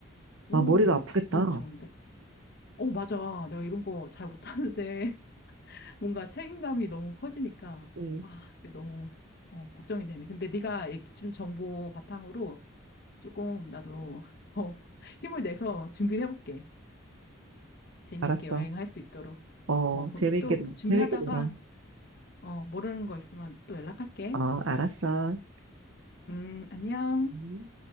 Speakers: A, on the left; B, on the right.
A: 오,
B: 아, 머리가 아프겠다.
A: 너무 좋은데? 오, 맞아. 내가 이런 거 잘 못하는데. 뭔가 책임감이 너무 커지니까
B: 응,
A: 아, 이게 너무 어, 걱정이 되네. 근데 네가 얘기- 준 정보 바탕으로 조금 나도 <laughs> 더 힘을 내서 준비를 해볼게. 재미있게
B: 알았어.
A: 여행할 수 있도록.
B: 어,
A: 어, 그럼
B: 재밌게,
A: 또 준비하다가
B: 재밌게 놀아.
A: 어, 모르는 거 있으면 또 연락할게.
B: 어, 알았어.
A: 음, 안녕.
B: 음.